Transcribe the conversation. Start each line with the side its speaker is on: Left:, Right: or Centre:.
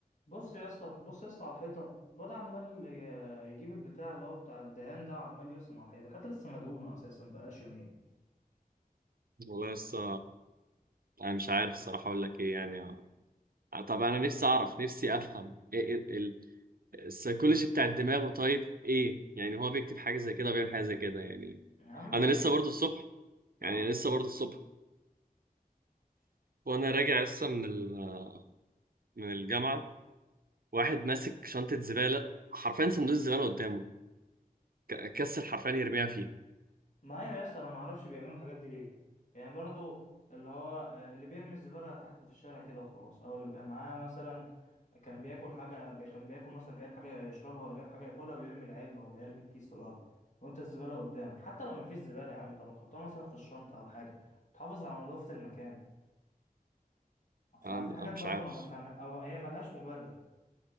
Left: بص يا اسطى بص يا اسطى على الحيطه الواد عمال ي- يجيب البتاع اللي هو بتاع الدهان ده وعمال يرسم على الحيطه الحيطه لسه مدهونه اساسا بقالهاش يومين
Right: والله لسه انا مش عارف الصراحه اقول لك ايه يعني طب انا نفسي اعرف نفسي افهم إيه إيه ال- السيكولوجي بتاع الدماغ طيب ايه يعني هو بيكتب حاجه زي كده بيعمل حاجه زي كده يعني
Left: يا عم
Right: انا لسه برضو الصبح
Left: اه
Right: يعني لسه برضو الصبح وانا راجع لسه من ال- من الجامعه واحد ماسك شنطه زباله حرفيا صندوق الزباله قدامه ك- كسل حرفيا يرميها فيه
Left: ما هي يا اسطى انا ما اعرفش بيعملوا الحاجات دي ليه يعني برضو اللي هو آه، اللي بيرمي الزباله تحت في الشارع كده وخلاص او اللي بيبقى معاه مثلا كان بياكل حاجه بي- كان بياكل مثلا جايب حاجه يشربها ولا جايب حاجه ياكلها ويرمي العلبه ولا يرمي الكيس في الارض وانت الزباله قدامك حتى لو ما فيش زباله يا عم طب ما تحطها مثلا في الشنطه او حاجه تحافظ على نظافه المكان ففي
Right: انا
Left: حاجات
Right: أنا مش
Left: برضو
Right: عارف
Left: ما بفهمها او هي ملهاش مبرر